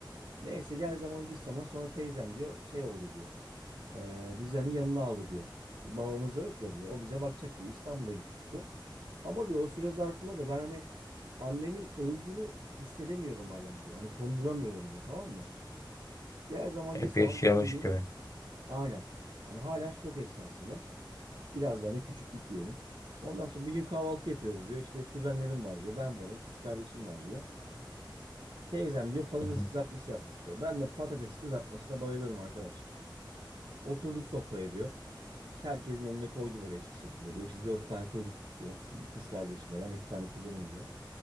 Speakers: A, on the right (about 70°); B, on the left (about 40°).
A: Neyse gel zaman git zaman sonra teyzem diyor şey oldu diyor. Ee, biz yani yanına aldı diyor. Çünkü babamız da yok ya diyor. O bize bakacak diyor. İstanbul'a gittik diyor. Ama diyor o süre zarfında da ben hani annemin öldüğünü hissedemiyorum halen diyor. Hani konduramıyorum diyor tamam mı? Gel zaman
B: Hep
A: git zaman
B: yaşıyormuş
A: bir gün diyor.
B: gibi.
A: Aynen. Hani halen şok esnasında. Biraz da hani küçüklük diyelim. Ondan sonra bir gün kahvaltı yapıyoruz diyor. İşte kuzenlerim var diyor. Ben varım. Kız kardeşim var diyor. Teyzem diyor patates
B: Hı hı
A: kızartması yapmış diyor. Ben de patates kızartmasına bayılırım arkadaşlar. Oturduk sofraya diyor. İşte herkesin önüne koydu böyle eşek şekilde diyor. İşte dört tane çocukluk diyor. Kız kardeşim Ben iki tane kuzenim diyor.